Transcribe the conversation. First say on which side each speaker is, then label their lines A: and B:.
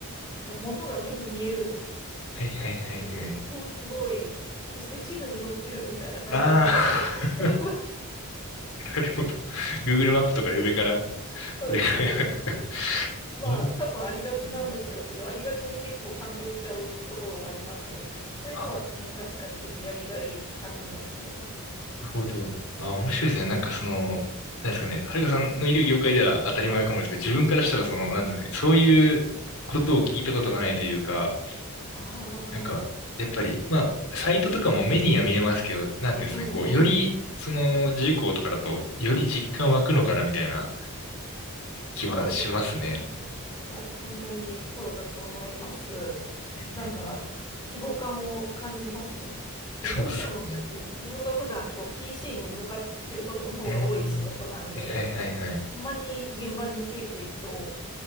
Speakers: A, on the left (about 15°); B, on the left (about 75°).
A: まあ、ものが目に見える
B: はいはいはいはい。
A: ので、おお、すごい。そして地図に載ってるみたいな感じになるので、
B: ああ。
A: 結構 <laughs>
B: なるほど。Google マップとかで上から、
A: そうです、
B: 上からやる。
A: そうです。まあ、
B: なるほど
A: 多分ありがちなんでしょうけど、
B: ね
A: ありがちに結構感動しちゃうところはありますね。そういうのは、
B: あ
A: まあ、確かにちょっとやりがい感じますね。
B: ーなるほど。あー、面白いですね。なんかその、なんですかね、はるかさんのいる業界では当たり前かもですけど、自分からしたらその、なんですかね、そういうことを聞いたことがないというか、
A: ああ、
B: なんか、やっぱり、まあ、サイトとかも目には見えますけど、なんていうんですかね、
A: うんうん。
B: こう、より、その、事項とかだと、より実感湧くのかな、みたいな気はしますね。
A: そうですね。いや、本当にそうだと思います。
B: うんうん
A: なんか、規模感を感じますね。こうどうしても私、
B: そうっすね。
A: 自分が普段こう PC に向かってることの方が多い仕事なんで、
B: うーん。はいはいはいはい。
A: たまに現場についていくと、